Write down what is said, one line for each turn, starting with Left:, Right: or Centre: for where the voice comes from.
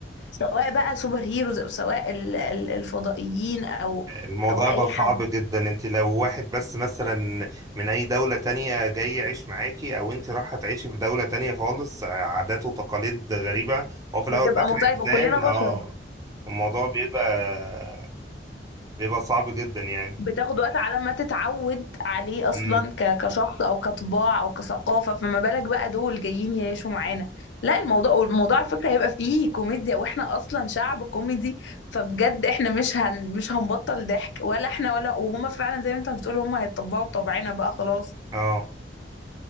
Left: سواء بقى سوبر هيروز او سواء ال- ال- الفضائيين او
Right: الموضوع
Left: او اي
Right: بقى صعب
Left: حد
Right: جدا انت لو واحد بس مثلا من اي دولة تانية جاي يعيش معاكي او انت رايحة تعيشي في دولة تانية خالص عادات وتقاليد غريبة هو في الاول
Left: بتبقى
Right: وفي الاخر
Left: مختلف
Right: انسان
Left: وكلنا
Right: اه
Left: بشر
Right: الموضوع بيبقى بيبقى صعب جدا يعني
Left: بتاخد وقت على ما تتعود عليه اصلا
Right: امم
Left: ك- كشخص او كطباع او كثقافه فما بالك بقى دول جايين يعيشوا معانا لا الموضوع الموضوع على فكره هيبقى فيه كوميديا واحنا اصلا شعب كوميدي فبجد احنا مش هن مش هنبطل ضحك ولا احنا ولا وهما فعلا زي ما انت بتقول هما هيتطبعوا بطبعنا بقى خلاص
Right: اه